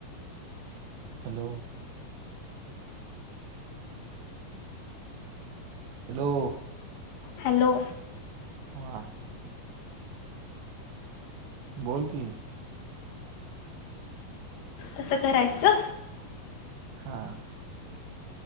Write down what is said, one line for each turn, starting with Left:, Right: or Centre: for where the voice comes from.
Right: हॅलो. हॅलो.
Left: हॅलो.
Right: हा. बोल की.
Left: तसं करायचं.
Right: हा.